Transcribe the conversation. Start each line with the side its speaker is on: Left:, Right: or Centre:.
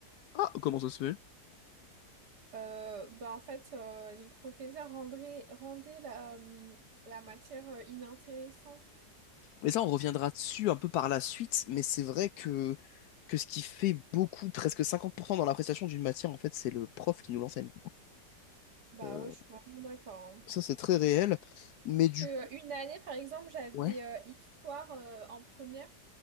Left: Ah, comment ça se fait?
Right: Euh, bah, en fait, euh, les professeurs rendraient- rendaient la, la matière euh, inintéressante.
Left: Mais ça, on reviendra dessus un peu par la suite, mais c'est vrai que, que ce qui fait beaucoup, presque 50% dans l'appréciation d'une matière, en fait, c'est le prof qui nous l'enseigne.
Right: Bah
Left: Euh,
Right: ouais, je suis vraiment d'accord. hein.
Left: ça, c'est très réel, mais
Right: Parce
Left: du...
Right: que euh, une année, par exemple, j'avais
Left: Ouais,
Right: euh, histoire euh, en première.